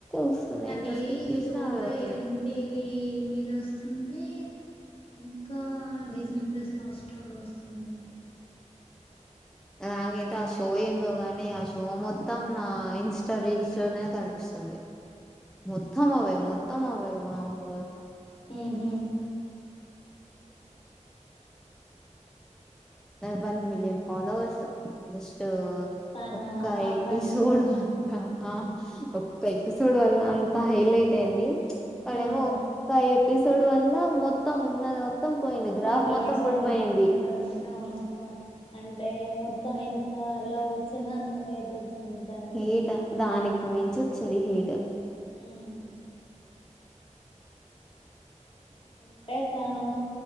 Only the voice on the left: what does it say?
అదే
షో
ఎమ్ంటిటివి మీద వస్తుంది ఇంకా డిజనీ ప్లేస్ హాస్టల్ వస్తుంది
హ హ
తన
ఆకాంక్ష
అవును
ఫాలోవర్స్
అంతంది అవును అంటే మొత్తం ఎంత లో వచ్చిందో అంత వచ్చింది తనది
అవు అంటే తను